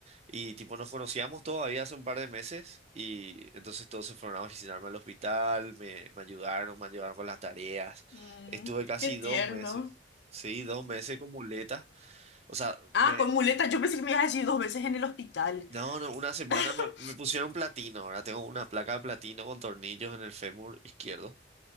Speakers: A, on the right (about 35°); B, on the left (about 70°).
A: Y tipo, nos conocíamos todavía hace un par de meses y entonces todos se fueron a visitarme al hospital, me, me ayudaron, me ayudaron con las tareas.
B: Mm,
A: Estuve casi
B: qué
A: dos
B: tierno.
A: meses, sí, dos meses con muletas. O sea,
B: Ah,
A: me
B: con muletas. Yo pensé que me ibas a decir dos veces en el hospital.
A: No, no, una semana
B: <laughs>
A: me, me pusieron platino. Ahora tengo una placa de platino con tornillos en el fémur izquierdo.